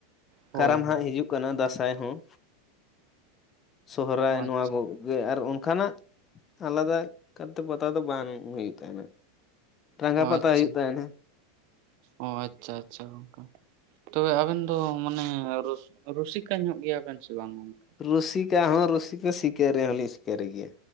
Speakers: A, on the right; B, on the left.
A: ᱦᱳᱭ
B: ᱠᱟᱨᱟᱢ
A: ᱦᱳᱭ
B: ᱦᱟᱸᱜ ᱦᱤᱡᱩᱜ ᱠᱟᱱᱟ ᱫᱟᱸᱥᱟᱭ ᱦᱚᱸ ᱥᱚᱦᱨᱟᱭ
A: ᱚ
B: ᱱᱚᱣᱟ
A: ᱟᱪᱪᱷᱟ
B: ᱠᱚ ᱟᱨ ᱚᱱᱠᱟᱱᱟᱜ ᱟᱞᱟᱫᱟ ᱠᱟᱛᱮ ᱯᱚᱛᱟ ᱫᱚ ᱵᱟᱝ ᱦᱩᱭᱩᱜ ᱛᱟᱦᱮᱱᱟ ᱴᱟᱸᱜᱟ
A: ᱚ
B: ᱯᱟᱛᱟ
A: ᱟᱪᱪᱷᱟ
B: ᱦᱩᱭᱩᱜ ᱛᱟᱦᱮᱱᱟ
A: ᱚ ᱟᱪᱪᱷᱟ ᱟᱪᱪᱷᱟ ᱜᱚᱝᱠᱮ ᱛᱚᱵᱮ ᱟᱵᱮᱱ ᱫᱚ ᱢᱟᱱᱮ ᱨᱩᱥᱤᱠᱟ ᱧᱚᱜ ᱜᱮᱭᱟᱵᱮᱱ ᱥᱮ ᱵᱟᱝ ᱜᱚᱢᱠᱮ
B: ᱨᱩᱥᱤᱠᱟ ᱦᱚᱸ ᱨᱩᱥᱤᱠᱟ ᱥᱤᱠᱟᱹᱨ ᱨᱮ ᱦᱚᱸᱞᱤᱧ ᱥᱤᱠᱟᱹᱨ ᱜᱮᱭᱟ